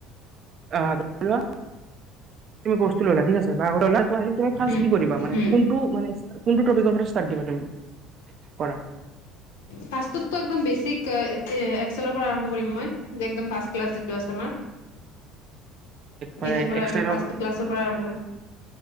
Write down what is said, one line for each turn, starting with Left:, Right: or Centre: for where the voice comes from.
Right: আ ধৰি লোৱা তুমি কৰ্ছটো ললা থিক আছে বা ত ফাষ্ট
Left: উম
Right: কি কৰিব মানে
Left: উম
Right: কোনটো মানে কোনটো টপিকৰ পৰা ষ্টাৰ্ট দিবা তুমি পঢ়া
Left: ফাষ্টটটো একদম বেছিক এক্সেৰপৰা আৰম্ভ কৰিম মই একদম ফাৰ্ষ্ট ক্লাছ যিটো আছে আমাৰ
Right: মানে
Left: সেইটোৰ পৰাই
Right: এক্সেলক
Left: মানে ফাষ্টটো ক্লাছৰ পৰা আৰম্ভ কৰিম